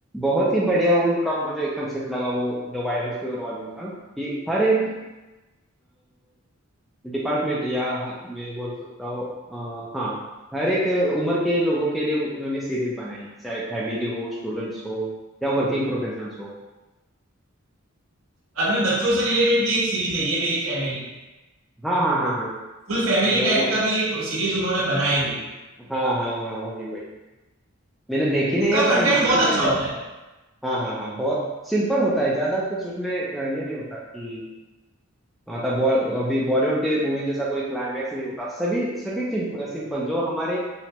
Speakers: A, in the centre; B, on the right.
A: बहुत ही बढ़िया उनका मुझे कंसेप्ट लगा वो द वायरल फीवर वालों का कि हर एक डिपार्टमेंट या ह- मैं बोल सकता हूँ अ, हाँ हर एक उम्र के लोगों के लिए उन्होंने सीरीज बनाई है चाहे फैमिली हो स्टूडेंट्स हो या वर्किंग प्रोफेशनल्स हो
B: बाद में बच्चों से रिलेटेड भी एक सीरीज है ये मेरी फैमिली
A: हाँ हाँ हाँ हाँ हाँ
B: फुल फैमिली
A: ब-
B: टाइप
A: वो
B: का भी एक सीरीज उन्होंने बनाई हुई है
A: हाँ हाँ हाँ वही वही मैंने देखी नहीं
B: उनका
A: है पर
B: कंटेंट
A: नाम
B: बहुत
A: सुना
B: अच्छा
A: है मैंने
B: होता है
A: हाँ हाँ हाँ बहुत सिंपल होता है ज्यादा कुछ उसमें अ, ये नहीं होता कि मतलब बॉल अभी बॉलीवुड के मूवी जैसा कोई क्लाइमैक्स नहीं होता सभी सभी सिंपल जो हमारे